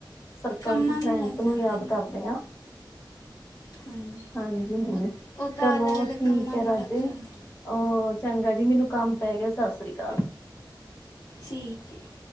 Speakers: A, on the left; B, on the left.
A: ਸਰਕਲ
B: ਕੰਮਾਂ
A: ਚ ਫਰੈਂਡਸ
B: ਲੱਗ
A: ਨੂੰ
B: ਜਾਂਦੇ
A: ਯਾਦ
B: ਨੇ
A: ਕਰਦੇ ਆਂ।
B: ਹਾਂਜੀ
A: ਹਾਂਜੀ-ਹਾਂਜੀ,
B: ਉਹ ਉਹ ਤਾਂ
A: ਚਲੋ
B: ਅਲੱਗ ਅਲੱਗ
A: ਠੀਕ
B: ਕੰਮਾਂ
A: ਐ
B: ਨੂੰ
A: ਰਾਜੇ।
B: ਲੱਗ ਜਾਂਦੇ
A: ਓ ਚੰਗਾ ਜੀ, ਮੈਨੂੰ ਕੰਮ ਪੈ ਗਿਆ, ਸਸ੍ਰੀ ਅਕਾਲ।
B: ਠੀਕ ਏ।